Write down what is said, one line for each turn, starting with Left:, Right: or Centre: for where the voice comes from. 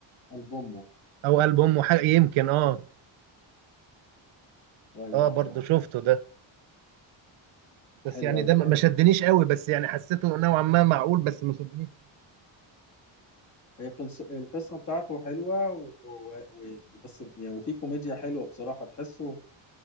Left: ألبومه
Right: او قلب امه حاجه يمكن اه
Left: أيوه
Right: اه
Left: هو
Right: برضو
Left: ده
Right: شفته ده بس
Left: حلو
Right: يعني
Left: أوي
Right: ده ما
Left: حلو
Right: ما شدنيش قوي بس يعني حسيته نوعا ما معقول بس ما شدنيش
Left: هي قص- القصة بتاعته حلوة و... و... بس يعني وفي كوميديا حلوة بصراحة تحسه